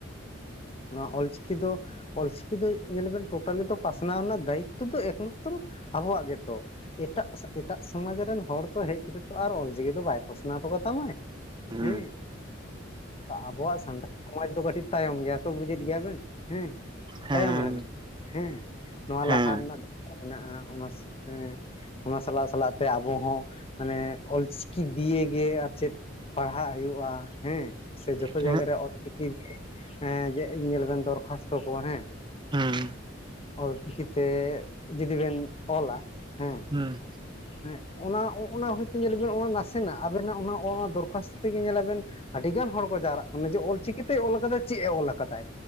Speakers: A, on the left (about 30°); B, on the right (about 25°).
A: ᱱᱚᱣᱟ ᱚᱞᱪᱤᱠᱤ ᱫᱚ ᱚᱞᱪᱤᱠᱤ ᱫᱚ ᱧᱮᱞ ᱟᱵᱚᱱ ᱴᱳᱴᱟᱞᱤ ᱫᱚ ᱯᱟᱥᱱᱟᱣ ᱨᱮᱱᱟᱜ ᱫᱟᱭᱤᱛᱛᱚ ᱫᱚ ᱮᱠᱢᱟᱛᱨᱚ ᱟᱵᱚᱣᱟᱜ ᱜᱮᱛᱚ ᱾ ᱮᱴᱟᱜ ᱮᱴᱟᱜ ᱥᱚᱢᱟᱡᱽ ᱨᱮᱱ ᱦᱚᱲ ᱠᱚ ᱦᱮᱡ ᱠᱟᱛᱮᱜ ᱛᱚ ᱟᱨ ᱚᱞᱪᱤᱠᱤ ᱫᱚ ᱵᱟᱭ ᱯᱟᱥᱱᱟᱣ ᱦᱚᱴᱚ ᱠᱟᱫᱟ ᱾ ᱛᱟᱢᱟᱭ
B: ᱦᱩᱸ
A: ᱦᱮᱸ ᱟᱵᱚᱣᱟᱜ ᱥᱟᱱᱛᱟᱲ ᱥᱚᱢᱟᱡᱽ ᱫᱚ ᱠᱟᱹᱴᱤᱡ ᱛᱟᱭᱚᱢ ᱜᱮᱭᱟ ᱛᱚ ᱵᱩᱡᱮᱫ ᱜᱮᱭᱟ ᱵᱮᱱ ᱦᱮᱸ
B: ᱦᱮᱸ
A: ᱛᱟᱭᱚᱢ ᱨᱮ ᱢᱮᱱᱟᱜ ᱦᱮᱸ ᱱᱚᱣᱟ
B: ᱦᱮᱸ
A: ᱞᱟᱦᱟ ᱨᱮᱱᱟᱜ ᱫᱚ ᱢᱮᱱᱟᱜᱼᱟ ᱚᱱᱟ ᱦᱮ ᱸ ᱚᱱᱟ ᱥᱟᱞᱟᱜ ᱥᱟᱞᱟᱜ ᱛᱮ ᱟᱵᱚ ᱦᱚᱸ ᱢᱟᱱᱮ ᱚᱞᱪᱤᱠᱤ ᱫᱤᱭᱮ ᱜᱮ ᱪᱮᱫ ᱯᱟᱲᱦᱟᱜ ᱦᱩᱭᱩᱜᱼᱟ ᱦᱮᱸ ᱥᱮ ᱡᱚᱛᱚ
B: ᱦᱮᱸ
A: ᱡᱟᱭᱜᱟ ᱨᱮ ᱪᱤᱠᱤ ᱮᱸ ᱡᱮ ᱧᱮᱞ ᱵᱮᱱ ᱫᱚᱨᱠᱷᱟᱥᱛᱚ ᱠᱚ ᱦᱮᱸ
B: ᱦᱩᱸ
A: ᱚᱞᱪᱤᱠᱤᱛᱮ ᱡᱩᱫᱤ ᱵᱮᱱ ᱚᱞᱟ ᱦᱮᱸ
B: ᱦᱩᱸ
A: ᱦᱮᱸ ᱚᱱᱟ ᱚᱱᱟ ᱦᱚᱭᱛᱚ ᱧᱮᱞ ᱟᱵᱮᱱ ᱚᱱᱟ ᱱᱟᱥᱮᱱᱟᱜ ᱟᱵᱮᱱᱟᱜ ᱫᱚᱨᱠᱷᱟᱥᱛᱚ ᱛᱮᱜᱮ ᱧᱮᱞᱟᱵᱮᱱ ᱟᱹᱰᱤ ᱜᱟᱱ ᱦᱚᱲ ᱠᱚ ᱡᱟᱣᱨᱟᱜ ᱠᱟᱱᱟ ᱡᱮ ᱚᱞᱪᱤᱠᱤᱛᱮ ᱚᱞ ᱠᱟᱫᱟ ᱪᱮᱫ ᱮ ᱚᱞ ᱠᱟᱫᱟᱭ